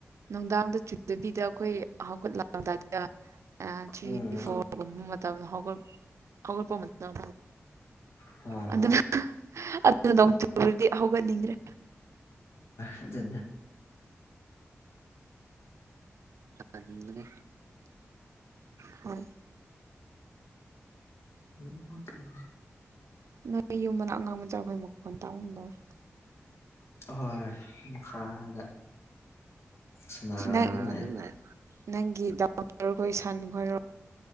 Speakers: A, on the right (about 80°); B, on the left (about 70°).
A: ꯅꯨꯡꯗꯥꯡꯗ ꯆꯨꯗꯕꯤꯗ ꯑꯩꯈꯣꯏ ꯍꯧꯒꯠꯂꯛꯑꯗꯥꯏꯗ ꯊ꯭ꯔꯤ
B: ꯎꯝ
A: ꯐꯣꯔꯒꯨꯝꯕ ꯃꯇꯝꯗ ꯍꯧꯒꯠ ꯍꯧꯒꯠꯄ ꯃꯇꯝ
B: ꯍꯣꯏ
A: ꯑꯗꯨꯅ ꯑꯗꯨꯅꯗꯤ ꯍꯧꯒꯠꯅꯤꯡꯗ꯭ꯔꯦ
B: ꯑꯗꯨ
A: ꯑꯅꯦ ꯍ
B: ꯎꯝ ꯎ
A: ꯑꯩ ꯌꯨꯝꯕꯅ ꯑꯉꯥꯡꯕꯆꯥꯔ ꯑꯩꯈꯣꯏ ꯃꯈꯣꯟ ꯇꯥꯝ ꯂꯧꯧꯏꯤ
B: ꯍꯣꯏ ꯃꯈꯥꯗ ꯁꯥꯟꯅꯔꯒ
A: ꯍ
B: ꯑꯗꯨꯝ ꯂꯩ
A: ꯑꯗꯨꯟꯅ ꯅꯪꯒꯤ ꯗꯗꯥꯎꯇꯔꯈꯣꯏ ꯁꯟꯈꯣꯏꯔꯣ